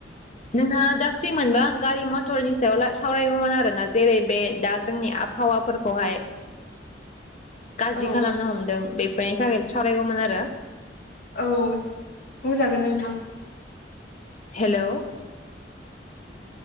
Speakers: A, on the left; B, on the left.
A: नोंथाङा दा फ्रिमोनबा गारि मथरनि सायाव सावरायगौमोन आरोना जेरै बे दा जोंनि आबहावाफोरखौहाय गाज्रि
B: औ
A: खालामनो हमदों बे बेनि थाखायनो सावरायगौमोन आरो।
B: औ बुंजागोन नोंथां।
A: Hello